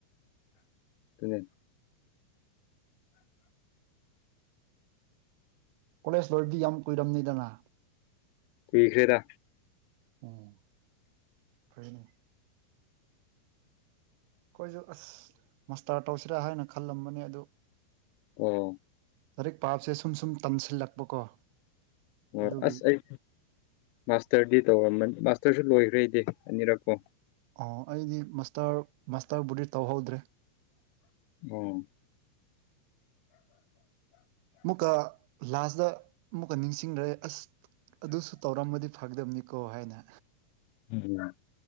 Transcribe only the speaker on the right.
ꯀꯣꯂꯦꯖ ꯂꯣꯏꯕꯗꯤ ꯌꯥꯝ ꯀꯨꯏꯔꯝꯅꯤꯗꯅ
ꯎꯝ ꯐ꯭ꯔꯦꯅꯦ ꯑꯩꯈꯣꯏꯁꯨ ꯑꯁ ꯃꯁꯇꯥꯔ ꯇꯧꯁꯤꯔꯥ ꯍꯥꯏꯅ ꯈꯜꯂꯝꯕꯅꯦ ꯑꯗꯨ
ꯂꯥꯏꯔꯤꯛ ꯄꯥꯕꯁꯦ ꯁꯨꯝ ꯁꯨꯝ ꯇꯝꯁꯤꯜꯂꯛꯄꯀꯣ
ꯑꯗꯨꯒꯤ
ꯑꯣ ꯑꯩꯗꯤ ꯃꯁꯇꯔ ꯃꯥꯁꯇꯔꯕꯨꯗꯤ ꯇꯧꯍꯧꯗ꯭ꯔꯦ
ꯑꯃꯨꯛꯀ ꯂꯥꯁꯗ ꯑꯃꯨꯛꯀ ꯅꯤꯡꯁꯤꯡꯔꯦ ꯑꯁ ꯑꯗꯨꯁꯨ ꯇꯧꯔꯃꯗꯤ ꯐꯒꯗꯝꯕꯅꯤꯀꯣ ꯍꯥꯏꯅ